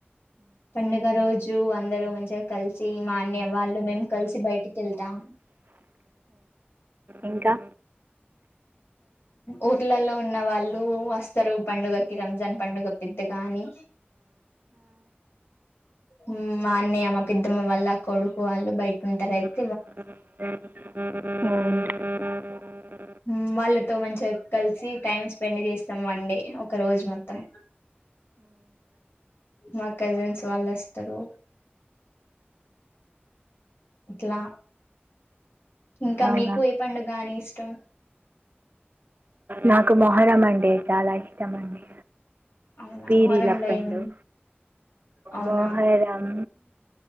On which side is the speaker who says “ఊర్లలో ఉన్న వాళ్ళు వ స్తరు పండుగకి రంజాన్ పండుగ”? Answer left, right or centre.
Left